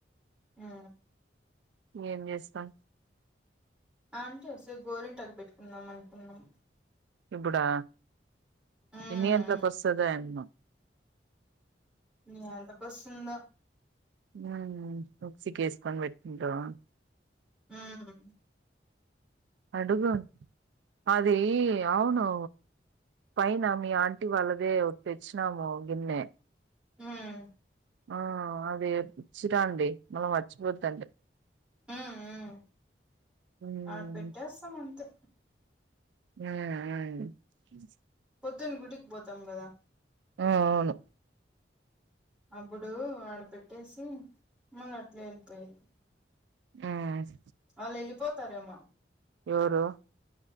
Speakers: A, in the centre; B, on the right.
A: ఆ
B: ఎం చేస్తాం
A: అంటే వసే గోరింటకి పెట్టుకుందాం అనుకున్నాం
B: ఇప్పుడా
A: ఉమ్
B: ఇన్ని గంట ల్లో కో వస్తదో ఏమో
A: మీ అంత కోస్తుంద
B: ఉ బక్సికేసుకొని పెట్టింటావా
A: హ్మ్మ్
B: అడుగు అది అవును పైన మీ ఆంటీ వాళ్ళదే తెచ్చినాము గిన్నె
A: ఉమ్
B: ఆ అదిచ్చరాండి మళ్ళం మర్చిపోద్దండి
A: హ్మ్మ్
B: మ్మ్
A: ఆడు పెట్టేస్తాం అంతే
B: హ్మ్
A: పొద్దున్న గుడికి పోతాం కదా
B: ఆ అవును
A: అప్పుడు వాడ పెట్టేసి మళ్ళీ అట్లే వెళ్ళిపోయది
B: హ్మ్మ్
A: ఆళ్ళు ఎళ్ళిపోతారేమో
B: ఎవరు